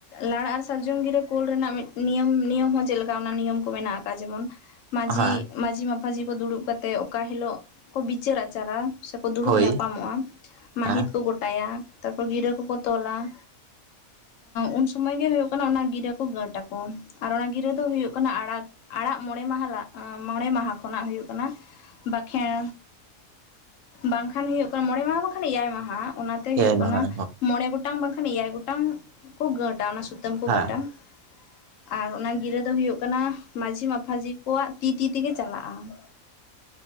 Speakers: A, on the left (about 70°); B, on the right (about 70°).
A: ᱞᱟᱲ ᱟᱨ ᱥᱟᱨᱡᱚᱢ ᱜᱤᱨᱟᱹ ᱠᱳᱞ ᱨᱮᱱᱟᱜ ᱢᱤᱫ ᱱᱤᱭᱚᱢ-ᱱᱤᱭᱚᱢ ᱦᱚᱸ ᱪᱮᱫ ᱞᱮᱠᱟ ᱚᱱᱟ ᱱᱤᱭᱚᱢ ᱠᱚ ᱢᱮᱱᱟᱜᱼᱟ ᱾ ᱚᱱᱠᱟ ᱡᱮᱢᱚᱱ ᱢᱟᱡᱷᱤ,
B: ᱦᱮᱸ
A: ᱢᱟᱡᱷᱤ ᱢᱟᱯᱷᱟᱡᱷᱤ ᱠᱚ ᱫᱩᱲᱩᱵ ᱠᱟᱛᱮᱜ ᱚᱠᱟ ᱦᱤᱞᱳᱜ ᱠᱚ ᱵᱤᱪᱟᱹᱨ ᱟᱪᱟᱨᱟ ᱥᱮᱠᱚ ᱫᱩᱲᱩᱵ
B: ᱦᱳᱭ
A: ᱧᱟᱯᱟᱢᱚᱜᱼᱟ ᱢᱟᱦᱤᱛ
B: ᱦᱮᱸ
A: ᱠᱚ ᱜᱚᱴᱟᱭᱟ ᱛᱟᱨᱯᱚᱨ ᱜᱤᱨᱟᱹ ᱠᱚᱠᱚ ᱛᱚᱞᱟ ᱾ ᱩᱱ ᱥᱩᱢᱚᱭ ᱜᱮ ᱦᱩᱭᱩᱜ ᱠᱟᱱᱟ ᱚᱱᱟ ᱜᱤᱨᱟᱹ ᱠᱚ ᱜᱟᱹᱴ ᱟᱠᱚ ᱟᱨ ᱚᱱᱟ ᱜᱤᱨᱟᱹ ᱫᱚ ᱦᱩᱭᱩᱜ ᱠᱟᱱᱟ ᱟᱲᱟᱜ ᱟᱲᱟᱜ ᱢᱚᱬᱮ ᱢᱟᱦᱟ ᱞᱟ ᱢᱚᱬᱮ ᱢᱟᱦᱟ ᱠᱷᱚᱱᱟᱜ ᱦᱩᱭᱩᱜ ᱠᱟᱱᱟ ᱾ ᱵᱟᱠᱷᱮᱬ ᱵᱟᱝᱠᱷᱟᱱ ᱦᱩᱭᱩᱜ ᱠᱟᱱᱟ ᱢᱚᱬᱮ ᱢᱟᱦᱟ ᱵᱟᱝᱠᱷᱟᱱ ᱮᱭᱟᱭ ᱢᱟᱦᱟ ᱾ ᱚᱱᱟᱛᱮ ᱦᱩᱭᱩᱜ
B: ᱮᱭᱟᱭ
A: ᱠᱟᱱᱟ
B: ᱢᱟᱦᱟ ᱨᱮᱦᱚᱸ
A: ᱢᱚᱬᱮ ᱜᱚᱴᱟᱝ ᱵᱟᱝᱠᱷᱟᱱ ᱮᱭᱟᱭ ᱜᱚᱴᱟᱝ ᱠᱚ ᱜᱟᱹᱴᱟ ᱚᱱᱟ ᱥᱩᱛ ᱥᱚᱛᱟᱹᱢ ᱠᱚ
B: ᱦᱮᱸ
A: ᱜᱟᱺᱴᱟ ᱾ ᱟᱨ ᱚᱱᱟ ᱜᱤᱨᱟᱹ ᱫᱚ ᱦᱩᱭᱩᱜ ᱠᱟᱱᱟ ᱢᱟᱡᱷᱤ ᱢᱟᱯᱷᱟᱡᱷᱤ ᱠᱚᱣᱟᱜ ᱛᱤ ᱛᱤ ᱛᱮᱜᱮ ᱪᱟᱞᱟᱜᱼᱟ ᱾